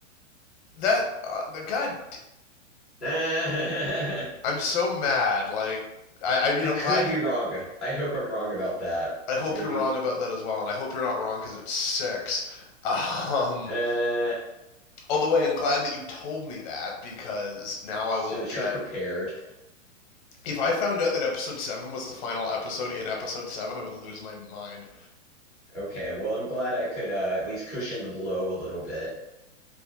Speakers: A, on the left; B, in the centre.
A: that uh, the god,
B: <laughs> I
A: I'm so mad. Like, I, I mean,
B: I
A: I'm
B: could
A: glad
B: be
A: you.
B: wrong. I hope I'm wrong about that.
A: I hope
B: Maybe.
A: you're wrong about that as well, and I hope you're not wrong because it's six. Um,
B: Uh,
A: although I am glad that you told me that because now
B: so
A: I won't
B: that
A: get.
B: you're prepared.
A: If I found out that episode seven was the final episode in episode seven, I would lose my mind.
B: Okay, well, I'm glad I could uh, at least cushion the blow a little bit. <laughs>